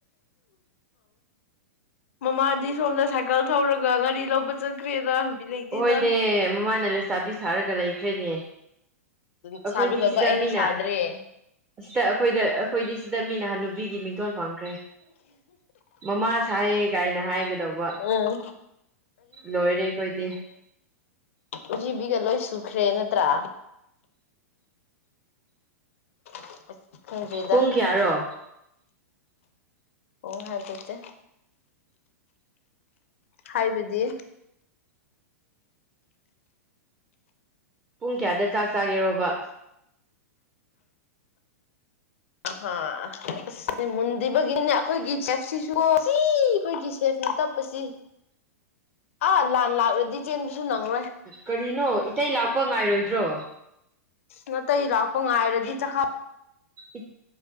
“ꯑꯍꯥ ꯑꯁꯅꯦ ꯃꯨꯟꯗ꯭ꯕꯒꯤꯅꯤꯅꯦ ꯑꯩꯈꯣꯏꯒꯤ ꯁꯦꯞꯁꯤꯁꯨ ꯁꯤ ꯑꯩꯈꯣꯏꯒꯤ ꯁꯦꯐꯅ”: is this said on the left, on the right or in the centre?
Left